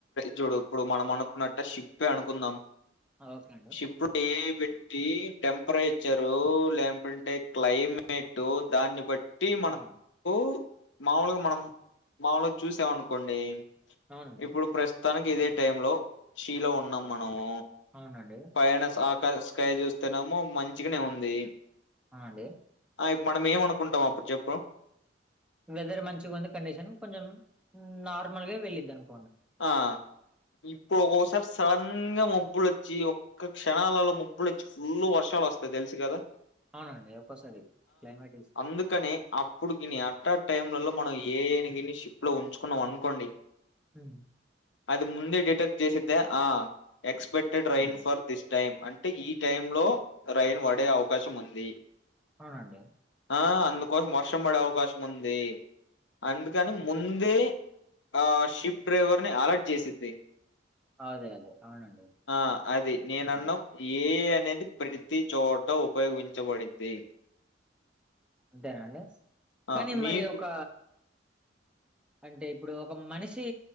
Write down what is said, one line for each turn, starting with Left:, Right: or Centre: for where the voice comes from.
Left: చూడు ఇప్పుడు మనం అనుకున్నట్టే షిప్పే అనుకుందాం
Centre: ఆ! ఓకే అండి.
Left: షిప్ ఏ ఐ పెట్టి టెంపరేచరు లేకుంటే క్లైమే మేటు దాన్ని బట్టి మన
Centre: అవును.
Left: పూ మాముూలుగా మనం మాములుగా చూసామనుకోండి
Centre: అవునండి.
Left: ఇప్పుడు ప్రస్ తనకి ఇదే టై లో షీలో ఉన్నాం మనము
Centre: అవునండి
Left: పైన స ఆకా స్కై చూస్తునేమో మంచిగనే ఉంది
Centre: అవునండి
Left: ఆ ఇ మనం ఏమనుకుంటాం అప్పు చెప్పు
Centre: వెదర్ మంచిగుంది కండిషన్ కొంచెం నార్మల్గా వెళ్ళిద్దనుకో
Left: ఆ ఇప్పోకోకోసారి సడన్ గా ముబ్బులొచ్చి ఒక్క క్షణాలలో ముబ్బలు వచ్చి ఫుల్లు వర్షాలు వస్తాయి తెలుసు కదా
Centre: అవునండి ఒక్కోసారి క్లైమేట్ ఇస్
Left: అందుకని అప్పుడుకిని అట్ట టైమ్లలో మనం ఏ ఐ ని గిని షిప్ లో ఉంచుకున్నాం అనుకోండి
Centre: హ్మ్మ్
Left: అది ముందే డిటెక్ట్ చేసద్దే ఆ ఎక్స్పెక్టెడ్
Centre: అవును.
Left: రైన్ ఫర్ దిస్ టైం అంటే ఈ టైమ్ లో రైన్ పడే అవకాశం ఉంది
Centre: అవునండి
Left: ఆ అందుకోసం వర్షం పడే అవకాశం ఉంది అందుకని ముందే ఆ షిప్ డ్రైవర్ ని అలర్ట్ చేసిద్ది
Centre: అదే. అదే. అవునండి.
Left: ఆ అది నేనన్నాం
Centre: కొంచెం
Left: ఏ ఐ అనేది ప్రతి చోట ఉపయోగించబడిద్ది
Centre: అంతేనండి
Left: ఆ
Centre: కానీ
Left: మీకు
Centre: మరి ఒక అంటే ఇప్పుడు ఒక మనిషి